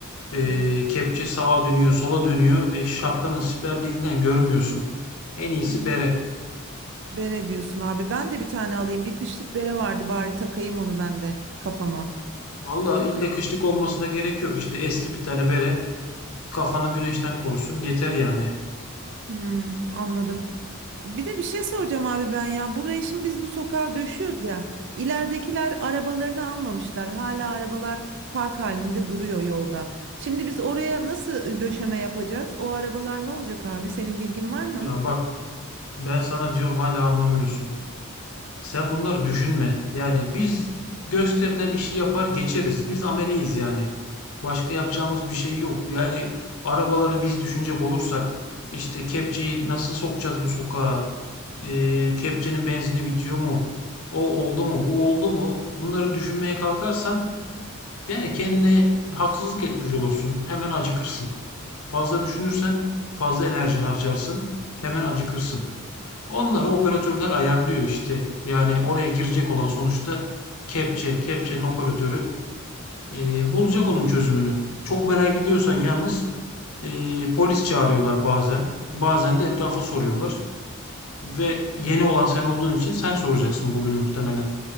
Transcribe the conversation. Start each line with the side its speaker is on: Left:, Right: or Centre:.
Left: Eee,
Right: Hı.
Left: kepçe sağa dönüyor, sola dönüyor. E, şapkanın siperliğinden görmüyorsun. En iyisi
Right: Ha,
Left: bere.
Right: Bere diyorsun abi. Ben de bir tane alayım. Bir kışlık bere vardı bari takayım onu ben de kafama.
Left: Valla illa kışlık olmasına gerek yok. İşte eski bir tane bere. Kafanı güneşten korusun. Yeter yani.
Right: Hmm, anladım. Bir de bir şey soracağım abi ben ya. Burayı şimdi biz bu sokağa döşüyoruz ya. İleridekiler arabalarını almamışlar. Hala arabalar park halinde duruyor yolda. Şimdi biz oraya nasıl döşeme yapacağız? O arabalar ne olacak abi? Senin bilgin var mı?
Left: Ya bak ben sana diyorum hala anlamıyorsun. Sen bunları düşünme. Yani biz gösterilen işi yapar geçeriz. Biz ameleyiz yani. Başka yapacağımız bir şey yok. Yani arabaları biz düşünecek olursak işte kepçeyi nasıl sokacağız bu sokağa? Ee, kepçenin benzini bitiyor mu? O oldu mu? Bu oldu mu? Bunları düşünmeye kalkarsan Yani kendine haksızlık etmiş olursun. Hemen acıkırsın. Fazla düşünürsen fazla enerji harcarsın. Hemen acıkırsın. Onları operatörler ayarlıyor işte. Yani oraya girecek olan sonuçta kepçe, kepçenin operatörü
Right: Ha,
Left: e, bulacak onun çözümünü. Çok merak ediyorsan yalnız e, polis çağırıyorlar bazen. Bazen de etrafa soruyorlar. Ve
Right: ha,
Left: yeni olan sen olduğun için sen soracaksın bugün muhtemelen.